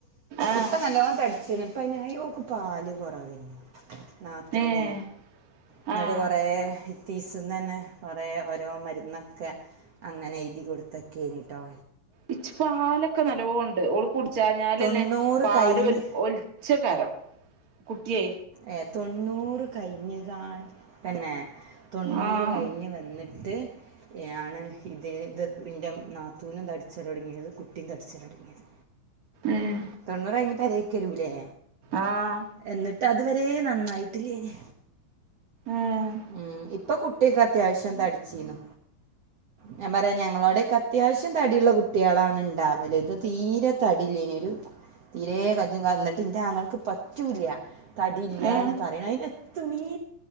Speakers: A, on the right; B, on the right.
A: ആഹ്
B: ഇപ്പൊ നല്ലൊ തടിച്ക്ണ് പ്പനായി ഒക്കെ പാല് കുറവ നാത്തൂന
A: ഏഹ്
B: എന്നിട്
A: ആഹ്
B: കൊറ തീസന്ന് തന്നെ കൊറ ഓരോ മരുന്നൊക്കെ അങ്ങനെ എയുതി കൊടുത്തൊക്കെനിട്ടോ
A: ഇച്ച് പാലൊക്കെ നല്ലണ്ട് ഓള് കുടിച്ചഞ്ഞാലെന്നെ
B: തൊണ്ണൂറ്
A: പാല
B: കഴിഞ്ഞ്
A: ഉച്ചകാരം കുട്ടിയെ
B: ഏഹ, തൊണ്ണൂറ് കഴിഞ്ഞുകാ തന്നെ. തൊണ്ണൂറ്
A: ആഹ്
B: കഴിഞ്ഞ് വന്നിട്ട്... ത്.. ആണ് ഇത് ഇത് എന്റെ നാത്തൂനും തടിച്ചലൊട്ങ്ങിയത് കുട്ടിയും തടിച്ചൽടങ്ങിയത്.
A: ഏഹ.
B: തൊണ്ണൂറ് കഴിഞ്ഞ് പരേക്കരൂല്ലേ?
A: ആഹ...
B: എന്നിട്ട് അത് വരെ നന്നായിട്ടില്ലേയിനി.
A: ഏഹ്
B: ഉം. ഇപ്പൊ കു ട്ടെക്ക അത്യാവശ്യം തടിച്ചീനു. ഞാൻ പറയാം ഞങ്ങളോടേക്കെ... അത്യാവശ്യം തടിയുള്ള കുട്ടികളാണ് ഉണ്ടാവല്. ഇത് തീരെ തടില്ലായിനി. തീരേ കജ്ജും കാലും എന്നിട്ട് ഇന്റാങ്ങൾക് പറ്റൂല. തടിയില്ലന്ന്
A: ഏഹ് ഏഹ്
B: പറയണ, അതിനെത്തുണ്ണീ...